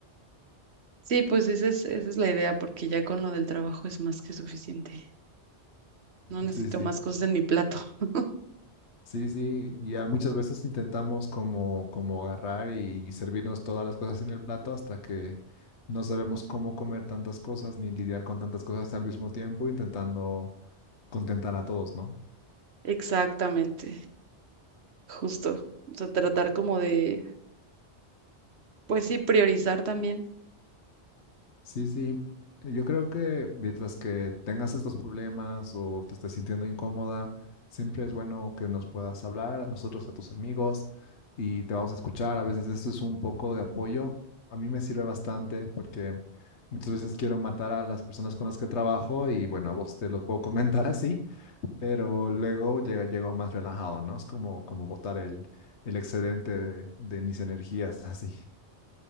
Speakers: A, on the right (about 70°); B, on the left (about 75°).
A: Sí, pues esa es, esa es la idea, porque ya con lo del trabajo es más que suficiente. No necesito
B: Sí, sí.
A: más cosas en mi plato. <laughs>
B: Sí, sí, ya muchas veces intentamos como, como agarrar y, y servirnos todas las cosas en el plato hasta que no sabemos cómo comer tantas cosas ni lidiar con tantas cosas al mismo tiempo, intentando contentar a todos, ¿no?
A: Exactamente, justo. O sea, tratar como de, pues sí, priorizar también
B: Sí, sí. Yo creo que mientras que tengas estos problemas o te estés sintiendo incómoda, siempre es bueno que nos puedas hablar a nosotros, a tus amigos, y te vamos a escuchar. A veces eso es un poco de apoyo. A mí me sirve bastante porque muchas veces quiero matar a las personas con las que trabajo y bueno, a vos te los puedo <laughs> comentar así, pero luego llega, llego más relajado, ¿no? Es como, como botar el, el excedente de de mis energías <laughs> así.